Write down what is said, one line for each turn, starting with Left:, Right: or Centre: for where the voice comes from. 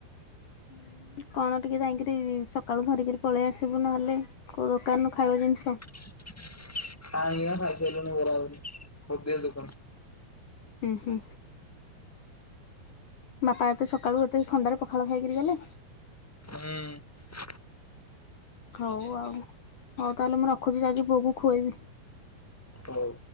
Left: ହୁଁ କଣ ଟିକେ ଯାଇକିରି ସକାଳୁ ଧରିକିରି ପଳେଇ ଆସିବୁ ନହେଲେ କୋଉ ଦୋକାନରୁ ଖାଇବା ଜିନିଷ।
Centre: ଖାଇନି ଆ ଖାଇ ସାଇସାଇଲୁଣି ବରା ଘୁଗୁନି ହୋଦି ଦୋକାନ
Left: ଉଁ ହୁଁ। ବାପା ଏତେ ସକାଳୁ ଏତେ ଥଣ୍ଡାରେ ପଖାଳ ଖାଇକିରି ଗଲେ?
Centre: ହୁଁ।
Left: ହୋଉ ଆଉ ହୋଉ ତାହେଲେ ମୁଁ ରଖୁଚି ଯାଉଚି ପୁଅକୁ ଖୁଏଇବି।
Centre: ହୋଉ।